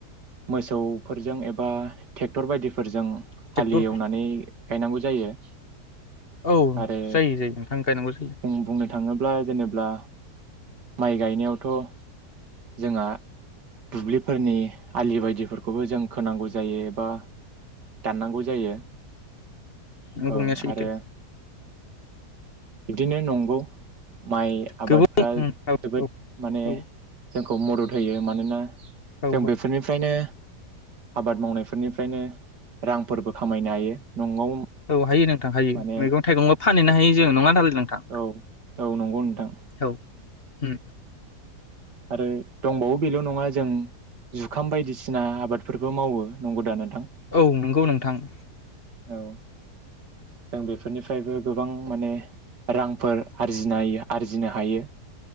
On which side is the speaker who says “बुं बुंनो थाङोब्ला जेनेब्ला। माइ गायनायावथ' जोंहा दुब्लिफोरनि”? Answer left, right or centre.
Right